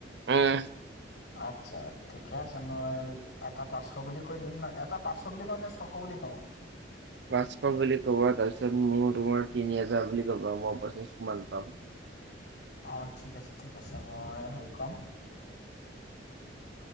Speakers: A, on the right; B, on the left.
A: উম
B: আচ্ছা। ঠিকে আছে মই এটা পাঁচশ বুলি কৈ দিম ন, এটা পাঁচশ বুলি কওঁ নে ছয়শ বুলি কওঁ?
A: পাচঁশ বুলি ক'বা তাৰপিছত মোৰ তোমাৰ তিনি‌ হাজাৰ বুলি কবা মই পঁচিশ মান পাম।
B: অঁ, ঠিক আছে, ঠিক আছে, মই হেৰি কম।